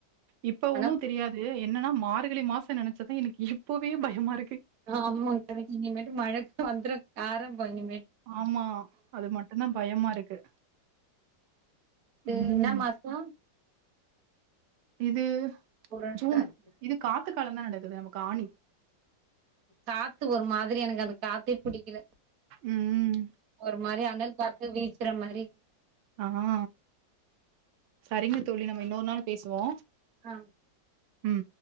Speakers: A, on the right; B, on the right.
A: இப்ப
B: ஆனா
A: ஒண்ணு தெரியாது என்னன்னா மார்கழி மாச த்த நெனச்சதா எனக்கு இப்போவே பயமாயிருக்கு
B: அ ஆமா கரைக்கு இனிமேட்டு மழக்கு வந்துர ஆரம்‌ ப்போ இனிமேட்
A: ஆமா. அது மட்டும் தான் பயமா இருக்கு.
B: இது
A: ம்.
B: இன்னா மாசோ
A: இது
B: புரட்டாசி
A: ஜூன் இது காத்து காலம் தான நடக்குது நம்க்கு ஆணி
B: காத்து ஒரு மாதிரி எனக்கு அந்த காத்தே பிடிக்கல
A: ம் ம்
B: ஒரு மாரி அனல் காத்து வீ்சுற மாரி
A: அ அ செரிங்க தோழி நம்ம இன்னோரு நாள் பேசுவோ
B: அ
A: ம்